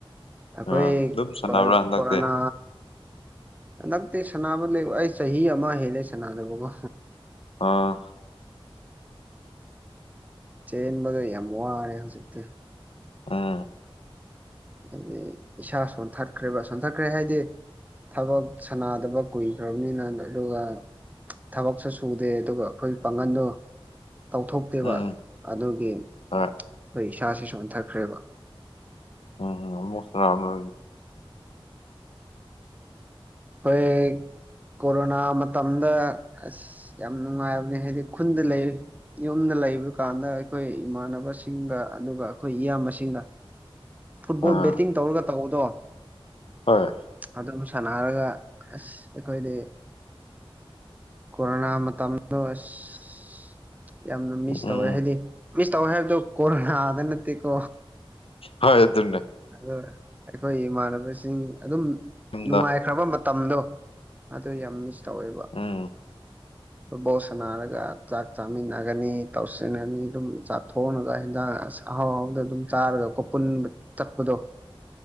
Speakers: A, on the right; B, on the left.
A: ꯑꯩꯈꯣꯏ
B: ꯑꯥ ꯑꯗꯨꯝ ꯁꯥꯟꯅꯕ꯭ꯔꯥ ꯍꯟꯗꯛꯇꯤ
A: ꯀꯣꯔꯣꯅꯥ ꯍꯟꯗꯛꯇꯤ ꯁꯅꯕ ꯂꯩꯕ ꯑꯩ ꯆꯍꯤ ꯑꯃ ꯍꯦꯜꯂꯦ ꯁꯥꯟꯅꯗꯕꯀꯣ
B: ꯑꯥ
A: ꯆꯦꯟꯕꯗꯣ ꯌꯥꯝ ꯋꯥꯔꯦ ꯍꯧꯖꯤꯛꯇꯤ
B: ꯑꯥ
A: ꯑꯗꯨꯗꯤ ꯏꯁꯥ ꯁꯣꯟꯊꯠꯈ꯭ꯔꯦꯕ ꯁꯣꯟꯊꯠꯈ꯭ꯔꯦ ꯍꯥꯏꯗꯤ ꯊꯕꯛ ꯁꯅꯗꯕ ꯀꯨꯏꯈ꯭ꯔꯕꯅꯤꯅ ꯑꯗꯨꯒ ꯊꯕꯛꯁꯨ ꯁꯨꯗꯦ ꯑꯗꯨꯒ ꯑꯩꯈꯣꯏ ꯄꯥꯡꯒꯟꯗꯣ ꯇꯧꯊꯣꯛꯇꯦꯕ
B: ꯎꯝ
A: ꯑꯗꯨꯒꯤ ꯑꯩꯈꯣꯏ
B: ꯍꯣꯏ
A: ꯏꯁꯥꯁꯤꯁꯨ ꯍꯟꯊꯈ꯭ꯔꯦꯕ
B: ꯎꯝꯝ ꯎꯃꯁꯂ
A: ꯑꯩꯣꯏ ꯀꯣꯔꯣꯅꯥ ꯃꯇꯝꯗ ꯑꯁ ꯌꯥꯝ ꯅꯨꯡꯉꯥꯏꯕꯅꯦ ꯍꯥꯏꯗꯤ ꯈꯨꯟꯗ ꯂꯩ ꯌꯨꯝꯗ ꯂꯩꯕ ꯀꯥꯟꯗ ꯑꯩꯈꯣꯏ ꯏꯃꯥꯟꯅꯕꯁꯤꯡꯒ ꯑꯗꯨꯒ ꯑꯩꯈꯣꯏ ꯏꯌꯥꯝꯕꯁꯤꯡꯒ
B: <unintelligible>
A: ꯐꯨꯠꯕꯣꯜ
B: ꯑꯥ
A: ꯕꯦꯠꯇꯤꯡ ꯇꯧꯔꯒ ꯇꯑꯣꯗꯣ
B: ꯍꯣꯏ
A: ꯑꯗꯨꯝ ꯁꯥꯟꯅꯔꯒ ꯑꯁ ꯑꯩꯈꯣꯏꯗꯤ ꯀꯣꯔꯣꯅꯥ ꯃꯇꯝ ꯑ ꯑꯁ ꯌꯥꯝꯅ ꯃꯤꯁ
B: ꯎꯝ
A: ꯇꯧꯋꯦ ꯍꯥꯏꯗꯤ ꯃꯤꯁ ꯇꯧꯋꯦ ꯍꯥꯏꯕꯗꯣ ꯀꯣꯔꯣꯅꯥꯗ ꯅꯠꯇꯦꯀꯣ
B: ꯍꯣꯏ ꯑꯗꯨ
A: ꯑꯗ ꯑꯩꯈꯣꯏ ꯏꯃꯥꯟꯅꯕꯁꯤꯡ ꯑꯗꯨꯝ
B: ꯌꯨꯝꯗ
A: ꯅꯨꯡꯉꯥꯏꯈ꯭ꯔꯕ ꯃꯇꯝꯗꯣ ꯑꯗꯨꯗ ꯌꯥꯝ ꯃꯤꯁ ꯇꯧꯋꯦꯕ
B: ꯎꯝ <unintelligible>
A: ꯐꯨꯠꯕꯣꯜ ꯁꯥꯟꯅꯔꯒ ꯆꯥꯛ ꯆꯥꯃꯤꯟꯅꯒꯅꯤ ꯇꯧꯁꯤꯟꯒꯅꯤ ꯑꯗꯨꯝ ꯆꯥꯛꯊꯣꯛꯉꯒ ꯍꯟꯖꯥꯡ ꯑꯍꯥꯎ ꯑꯍꯥꯎꯗ ꯑꯗꯨꯝ ꯆꯥꯔꯒ ꯀꯣ ꯄꯨꯟꯕ ꯆꯠꯄꯗꯣ